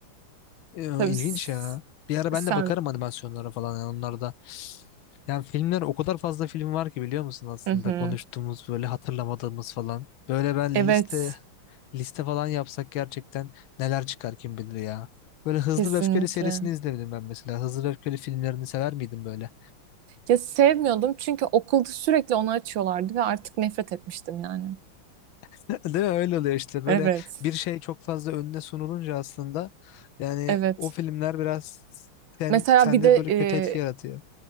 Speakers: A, on the left (about 70°); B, on the right (about 65°).
A: Ee,
B: Tabii
A: İlginç
B: s-
A: ya. Bir ara ben
B: sen...
A: de bakarım animasyonlara falan yani onlar da. Yani filmler o kadar fazla film var ki biliyor musun aslında
B: Hı hı.
A: konuştuğumuz böyle hatırlamadığımız falan. Böyle ben
B: Evet,
A: liste liste falan yapsak gerçekten neler çıkar kim bilir ya. Böyle Hızlı
B: kesinlikle.
A: ve Öfkeli serisini izledim ben mesela. Hızlı ve Öfkeli filmlerini sever miydim böyle?
B: Ya sevmiyordum çünkü okulda sürekli onu açıyorlardı ve artık nefret etmiştim yani.
A: <laughs> Değil mi? Öyle oluyor işte. Böyle
B: Evet.
A: bir şey çok fazla önüne sunulunca aslında yani
B: Evet.
A: o filmler biraz sen,
B: Mesela
A: sende
B: bir de
A: böyle
B: e,
A: kötü etki yaratıyor.